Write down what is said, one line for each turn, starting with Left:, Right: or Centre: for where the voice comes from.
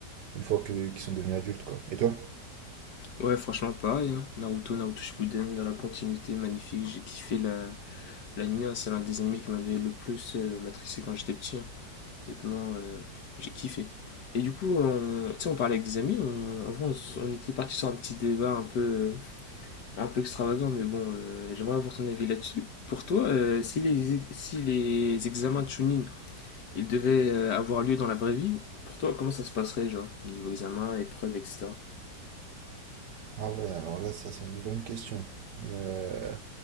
Right: une fois que, qu'ils sont devenus adultes, quoi. Et toi?
Left: Ouais, franchement, pareil. hein. Naruto, Naruto Shippuden, dans la continuité, magnifique. J'ai kiffé la, l'animé. hein. C'est l'un des animés qui m'avait le plus euh, matrixé quand j'étais petit. hein. Honnêtement, euh, j'ai kiffé. Et du coup, on, tu sais, on parlait avec des amis. On, en vrai, on, s- on était parti sur un petit débat un peu, euh, un peu extravagant, mais bon, euh, j'aimerais avoir ton avis là-dessus. Pour toi, euh, si les, si les examens de Chunin il devait euh, avoir lieu dans la vraie vie, pour toi, comment ça se passerait, genre, niveau examen, épreuve, etc.
Right: Ah ouais, alors là ça c'est une bonne question. Euh,